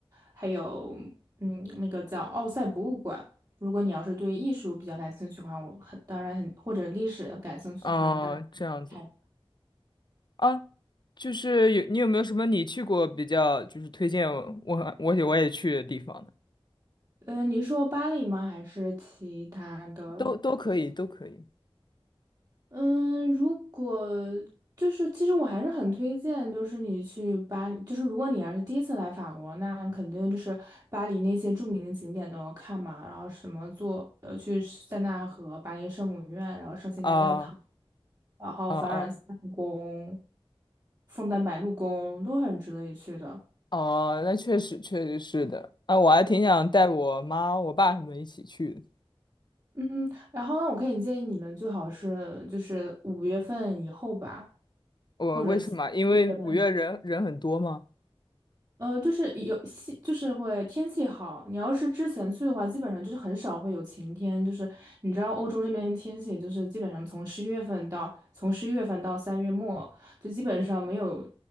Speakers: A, on the right (about 40°); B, on the left (about 50°).
A: 还有嗯那个叫奥赛博物馆，如果你要是对艺术比较感兴趣的话，我很当然很或者历史感兴趣的话，
B: 哦，
A: 你当然可以去看。
B: 这样子啊，就是有你有没有什么你去过比较就是推荐我我我也我也去的地方呢？
A: 呃，你说巴黎吗？还是其他的？
B: 都都可以，都可以
A: 嗯，如果就是其实我还是很推荐，就是你去巴黎，就是如果你要是第一次来法国，那肯定就是巴黎那些著名的景点都要看嘛，然后什么坐呃去塞纳河、巴黎圣母院，然后圣心大教堂，
B: 啊
A: 然后凡尔赛宫、
B: 啊啊
A: 枫丹白露宫都很值得一去的。
B: 哦，那确实确实是的啊，我还挺想带我妈我爸他们一起去的
A: 嗯，然后呢，我可以建议你们最好是就是五月份以后吧，
B: 我为什么？
A: 或者四
B: 因为五月人人很多吗？
A: 月半。呃，就是有西，就是会天气好。你要是之前去的话，基本上就是很少会有晴天。就是你知道欧洲这边的天气，就是基本上从十月份到从十月份到三月末，就基本上没有